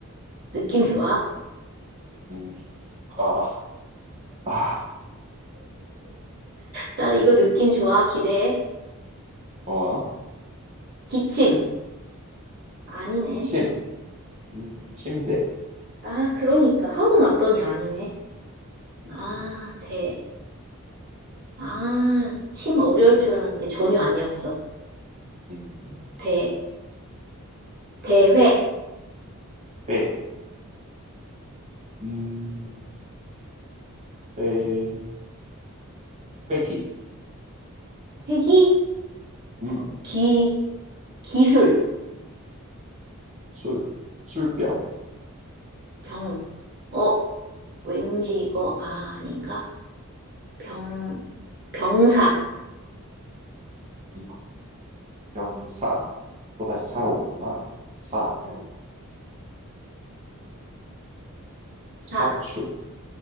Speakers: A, on the right; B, on the right.
A: 느낌
B: 음,
A: 좋아.
B: 음, 아, 아,
A: 나 이거 느낌 좋아, 기대해.
B: 어,
A: 기침. 아니네.
B: 침, 음, 침대,
A: 아, 그러니까. 하고 났더니 아니네.
B: 음,
A: 아, 대. 아, 심 어려울 줄 알았는데 전혀 아니었어.
B: 음,
A: 대, 대회,
B: 회, 음, 회, 회기,
A: 회기, 어,
B: 음,
A: 기, 기술,
B: 술, 술병,
A: 병. 어, 왠지 이거, 아, 아닌가? 병, 병사,
B: 음, 병사, 또다시 사러 온다. 사,
A: 응. 사,
B: 사출,